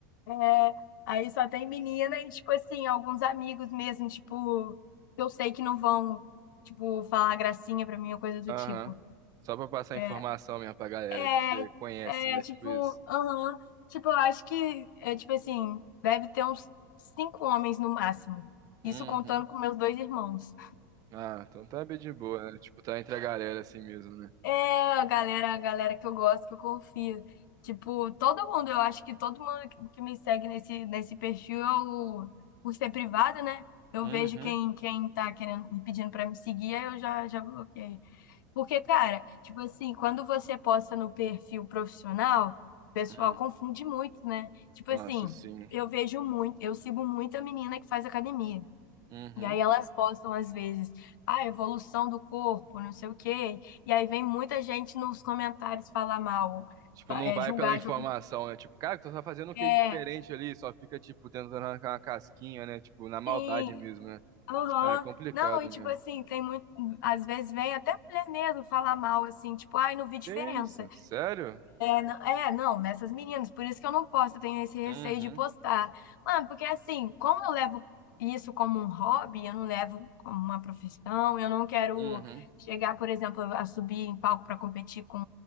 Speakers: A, on the left; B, on the right.
A: É, aí só tem menina e, tipo assim, alguns amigos mesmo, tipo, que eu sei que não vão, tipo, falar gracinha pra mim ou coisa do
B: Aham.
A: tipo.
B: Só pra passar
A: É,
B: informação mesmo pra galera
A: É,
B: que você conhece,
A: é,
B: né?
A: tipo,
B: Tipo isso.
A: aham. Tipo, eu acho que, é, tipo assim, deve ter uns cinco homens no máximo.
B: Uhum.
A: Isso contando com meus dois irmãos.
B: Ah, então tá bem de boa, né? Tipo, tá entre a galera assim mesmo, né?
A: É, a galera, a galera que eu gosto, que eu confio. Tipo, todo mundo, eu acho que todo mundo que que me segue nesse, nesse perfil, eu, por ser privado, né? Eu
B: Uhum.
A: vejo quem, quem tá querendo, me pedindo pra me seguir, aí eu já, já bloqueio. Porque, cara, tipo assim, quando você posta no perfil profissional, o pessoal
B: Uhum.
A: confunde muito, né? Tipo
B: Nossa,
A: assim,
B: sim.
A: eu vejo muito, eu sigo muita menina que faz academia.
B: Uhum.
A: E aí elas postam às vezes, ah, evolução do corpo, não sei o quê. E aí vem muita gente nos comentários falar mal,
B: Tipo,
A: fa-
B: não
A: é,
B: vai
A: julgar
B: pela informação,
A: de algum.
B: né? Tipo, cara, tu tá fazendo o que
A: É,
B: de diferente ali? Só fica, tipo, tentando arrancar uma casquinha, né? Tipo, na maldade
A: sim,
B: mesmo, né?
A: aham.
B: Ah, é complicado
A: Não, e
B: mesmo.
A: tipo assim, tem muito. Às vezes vem até mulher mesmo falar mal, assim, tipo, ai, não vi diferença.
B: Que isso? Sério?
A: Não- É, não, nessas meninas, por isso que eu não posto, eu tenho esse receio
B: Uhum,
A: de postar. Mano, porque assim, como eu levo isso como um hobby, eu não levo como uma profissão, eu não quero
B: uhum.
A: chegar, por exemplo, a subir em palco para competir com